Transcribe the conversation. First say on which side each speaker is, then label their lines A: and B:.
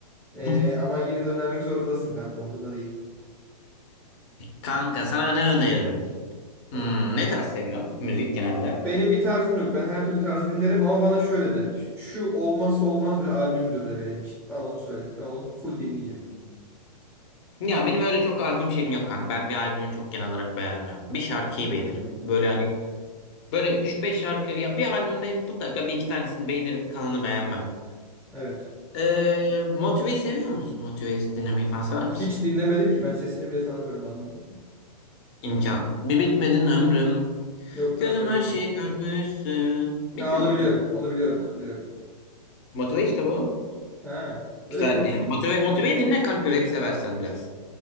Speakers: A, in the centre; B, on the left.
A: Ee,
B: <laughs>
A: ama yine de önermek zorundasın kanka. Umurumda değil.
B: Kanka sana ne öneririm? Hmm,
A: Hı.
B: ne tarz seviyorsun müzik genelde?
A: Benim bir tarzım yok. Ben her türlü tarz dinlerim ama bana şöyle de. Şu şu olmazsa olmaz bir albümdür de benim için. Bana onu söyle. Ben onu full dinleyeceğim.
B: Ya benim öyle çok albüm şeyim yok kanka. Ben bir albümü çok genel olarak beğenmem. Bir şarkıyı
A: Hmm,
B: beğenirim. Böyle hani böyle üç beş şarkı ya bir albümde hep mutlaka bir iki tanesini beğenirim, kalanı beğenmem.
A: Evet.
B: Ee, Motive'yi seviyor musun? Motive'yi dinlemeyi falan sever
A: Hiç
B: misin?
A: dinlemedim ki. Ben sesini bile tanımıyorum adamın.
B: İmkan. Bir bitmedin ömrüm.
A: Yok
B: Gözüm
A: kanka
B: her
A: bilmiyorum.
B: şeyi görmüşsün. Bilmiyor
A: Ha onu
B: musun
A: biliyorum.
B: bunu?
A: Onu biliyorum. Onu biliyorum.
B: Motive işte bu.
A: Ha öyle
B: Güzel
A: miymiş?
B: yani. Motive, motive dinle kanka rap seversen biraz.